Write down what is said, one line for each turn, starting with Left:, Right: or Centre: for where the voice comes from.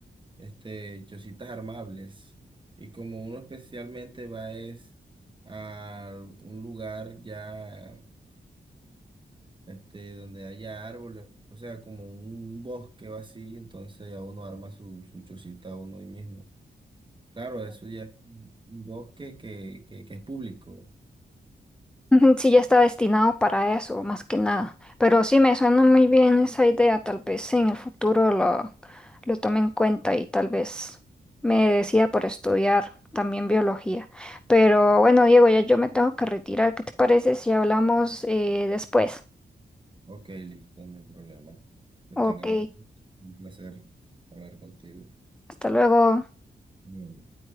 Right: este, chocitas armables y como uno especialmente va es a un lugar ya este, donde haya árboles, o sea, como un bosque o así, entonces ya uno arma su, su chocita uno ahí mismo. Claro, eso ya es un un bosque que, que, que es público.
Centre: Ujú, Sí, ya está destinado para eso, más que nada. Pero sí, me suena muy bien esa idea. Tal vez en el futuro lo, lo tome en cuenta y tal vez me decida por estudiar también biología. Pero bueno, Diego, ya yo me tengo que retirar. ¿Qué te parece si hablamos eh, después?
Right: Ok, listo, no hay problema. Que
Centre: Ok,
Right: tenga buen, un placer hablar contigo.
Centre: hasta luego.
Right: Mm.